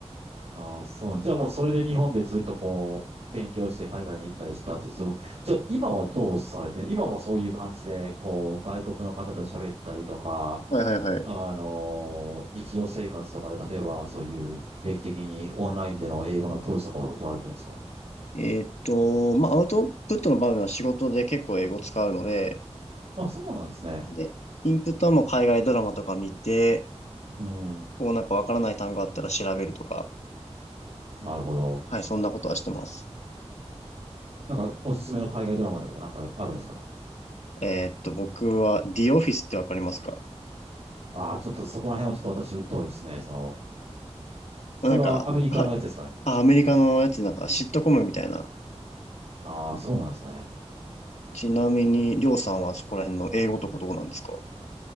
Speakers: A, on the right; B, on the left.
A: ああ、そう。じゃあもうそれで日本でずっとこう、勉強して海外に行ったりしてたってそう。じゃあ今はどうされてる今もそういう感じで、こう、外国の方と喋ったりとか、
B: はいはいはい。
A: あの日常生活とかで、例えばそういう定期的にオンラインでの英語の教室とかを取られてるんですか
B: えーっと、まあアウトプットの場面は仕事で結構英語使うので、
A: あ、そうなんですね。
B: で、インプットはもう海外ドラマとか見て、
A: うん。
B: こうなんかわからない単語あったら調べるとか、
A: なるほど。
B: はい、そんなことはしてます。
A: なんかおすすめの海外ドラマとかってなんかあるんですか
B: えーっと、僕は The Office ってわかりますか
A: ああー、ちょっとそこら辺はちょっと私疎いですね。その、それはアメリカのやつですかね。
B: まあなんか、はい。あ、アメリカのやつなんかシットコムみたいな。
A: ああ、そうなんですね。
B: ちなみに、りょうさんはそこら辺の英語とかどうなんですか